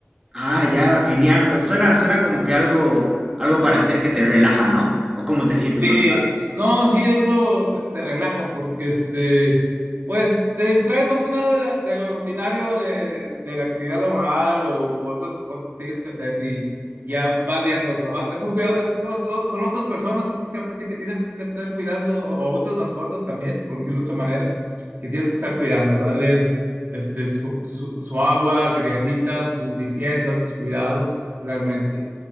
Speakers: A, on the right; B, on the right.
A: Ah, ya, genial. Pues suena, suena como que algo, algo para hacer que te relaja, ¿no? ¿O cómo te sientes
B: Sí,
A: cuando pasas?
B: no, sí, de hecho te, te relaja porque este, pues te distraes más que nada de, la- de lo rutinario de, de la actividad laboral o, u otras cosas que tienes que hacer y ya vas viendo, o sea, va- es un cuidado, es- es todo- son otras personas prácticamente que tienes que estar cuidando o, o otras mascotas también, por decirlo de otra manera, que tienes que estar cuidando, darles este, su, su, su agua, que necesitan, su limpieza, sus cuidados, realmente.